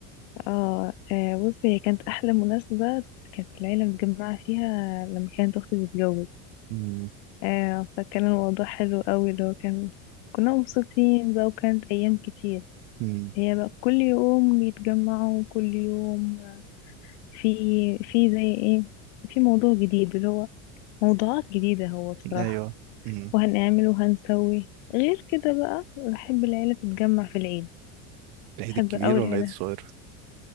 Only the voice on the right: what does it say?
مم.
مم.
أيوه مم.
العيد
الكبير
ولا
العيد الصغير؟